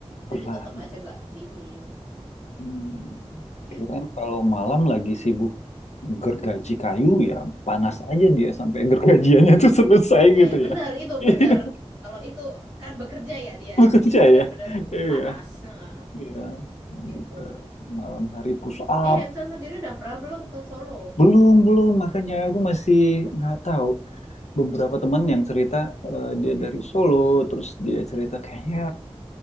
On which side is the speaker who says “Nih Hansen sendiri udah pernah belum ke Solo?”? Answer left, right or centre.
Right